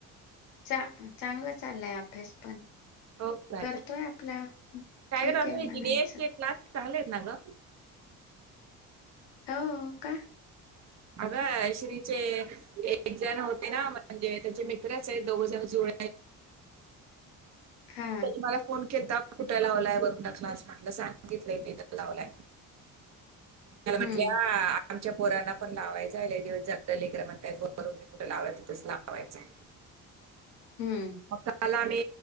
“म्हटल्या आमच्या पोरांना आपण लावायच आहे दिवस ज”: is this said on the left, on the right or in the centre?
Right